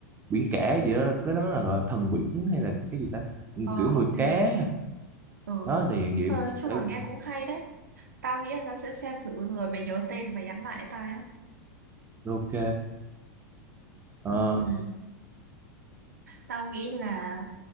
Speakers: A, on the right (about 20°); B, on the right (about 80°).
A: biển cả gì đó cái đó là gọi là thần biển hay là cái gì ta Ừ,
B: Ờ,
A: kiểu người
B: ok.
A: cá
B: Ừ.
A: đó là dạng vậy
B: Ờ, chung
A: Đấy,
B: là nghe cũng hay đấy. Tao nghĩ là tao sẽ xem thử rồi mày nhớ tên mày nhắn lại cho tao nhá.
A: ok Ờ,
B: Ừ. Tao nghĩ là...